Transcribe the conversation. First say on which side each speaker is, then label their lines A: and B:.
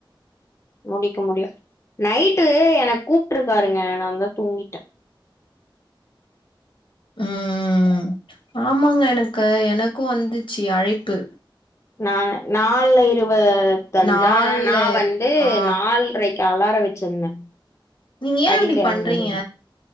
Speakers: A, on the left (about 35°); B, on the left (about 75°).
A: முடிக்க முடியு நைட்டு எனக்கு கூப்பிட்டு இருக்காருங்க நான்ந்தா தூங்கிட்டே
B: <inaudible> உம் ஆமாங்க எனக்கு எனக்கு வந்துச்சு அழைப்பு
A: நானு நால்இரு தஞ்சா
B: நாலு
A: நான் வந்து
B: ஆ
A: நாலரைக்கு அலார வச்சிருந்தே
B: நீங்க ஏன்
A: அடிக்கிறமாரி
B: இப்டி பண்றீங்க